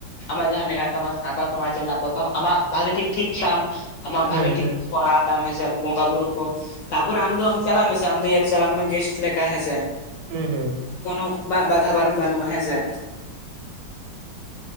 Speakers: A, on the left; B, on the right.
A: ᱟᱢᱟᱜ ᱡᱟᱦᱟᱸ ᱢᱮᱱᱟᱜ ᱛᱟᱢᱟ ᱥᱟᱶᱛᱟ ᱥᱚᱢᱟᱡᱽ ᱨᱮᱱᱟᱜ ᱯᱨᱚᱛᱷᱚᱢ ᱟᱢᱟᱜ ᱵᱷᱟᱜᱮ ᱴᱷᱤᱠ ᱴᱷᱤᱠ ᱛᱟᱢ ᱟᱢᱟᱜ
B: ᱦᱮᱸ
A: ᱵᱷᱟᱜᱮ ᱴᱷᱤᱠ
B: ᱦᱮᱸ
A: ᱠᱚᱨᱟ ᱛᱟᱢ ᱦᱮᱸ ᱥᱮ ᱵᱚᱸᱜᱟ ᱵᱩᱨᱩ ᱠᱚ ᱛᱟᱯᱚᱨ ᱟᱢ ᱫᱚ ᱟᱢ ᱪᱟᱞᱟᱜ ᱢᱮᱥᱮ ᱟᱢ ᱧᱮᱞ ᱪᱟᱞᱟᱜ ᱢᱮ ᱜᱮᱥᱴ ᱞᱮᱠᱟ ᱦᱮᱸ ᱥᱮ᱾
B: ᱦᱩᱸ ᱦᱩᱸ
A: ᱠᱚᱱᱚ ᱵᱟ ᱵᱟᱫᱷᱟ ᱵᱟᱨᱚᱱ ᱵᱟᱹᱱᱩᱜᱼᱟ ᱦᱮᱸ ᱥᱮ᱾